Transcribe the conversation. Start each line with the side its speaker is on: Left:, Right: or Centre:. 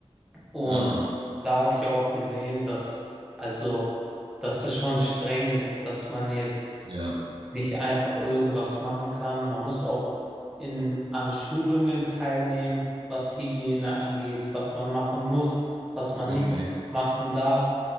Centre: und
Right: ah,
Centre: da habe ich auch gesehen, dass also dass es schon streng ist, dass man jetzt
Right: ja,
Centre: nicht einfach irgendwas machen kann. Man muss auch in, an Schulungen teilnehmen, was Hygiene angeht, was man machen muss, was man
Right: okay,
Centre: nicht machen darf.